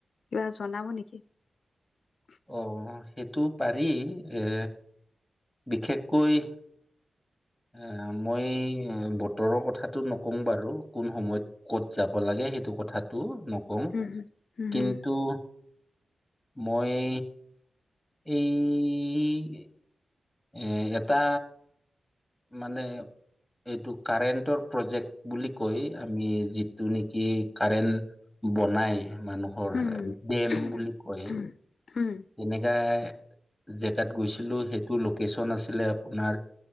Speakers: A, on the left; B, in the centre.
A: কিবা জনাব নেকি <unintelligible> <inaudible>
B: অ সেইটো পাৰি এ বিশেষকৈ এ মই বতৰৰ কথাটো নকং বাৰু কোন সময়ত কত যাব লাগে সেইটো কথাটো নকওঁ
A: হুম হুম হুম
B: কিন্তু মই এই এ এটা মানে এইটো কাৰেণ্টৰ প্ৰজেক্ট বুলি কৈ আমি যিটো নিকি কাৰেণ্ট বনায় মানুহৰ
A: হুম হুম
B: বেম
A: হুম
B: বুলি কয়
A: হুম হুম
B: তেনেকাই জেগাত গৈছিলো সেইটো লকেচন আছিলে আপোনাৰ